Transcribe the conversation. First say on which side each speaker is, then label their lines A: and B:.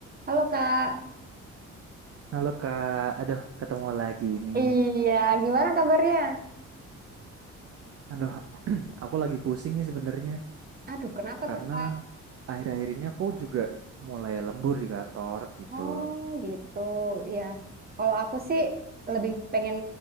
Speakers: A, on the right; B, on the right.
A: Halo Kak,
B: Halo Kak, aduh ketemu lagi ini.
A: Iya, gimana kabarnya?
B: Aduh, <clears throat> aku lagi pusing nih sebenarnya
A: aduh kenapa
B: karena
A: tuh Kak?
B: akhir-akhir ini aku juga mulai lembur di kantor gitu.
A: Oh gitu, ya. Kalau aku sih lebih pengen